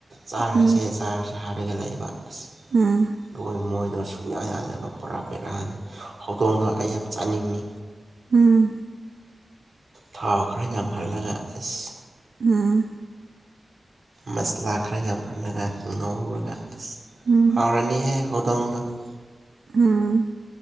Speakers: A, on the right; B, on the right.
A: ꯆꯥꯔꯁꯦ
B: ꯎꯝ
A: ꯆꯥꯔꯖ ꯍꯥꯏꯔꯒ ꯂꯩꯕ ꯑ
B: ꯎꯝ
A: ꯂꯣꯏ ꯃꯣꯏꯗꯣ ꯁꯨꯡꯛꯌꯥ ꯌꯥꯗꯕ ꯄꯨꯔꯥ ꯄꯦꯔꯥꯅꯤ ꯍꯧꯗꯣꯡꯗꯣ ꯑꯩ ꯌꯥꯝ ꯆꯥꯅꯤꯡꯉꯤ
B: ꯎꯝ
A: ꯊꯥꯎ ꯈꯔ ꯌꯥꯝꯍꯜꯂꯒ ꯑꯁ
B: ꯑꯝ
A: ꯃꯁꯂꯥ ꯈꯔ ꯌꯥꯝ ꯍꯜꯂꯒ ꯉꯧꯔꯒ ꯑꯁ
B: ꯎꯝ
A: ꯍꯥꯎꯔꯅꯤꯍꯦ ꯍꯧꯗꯣꯡꯗꯣ ꯑꯃꯗ
B: ꯎꯝ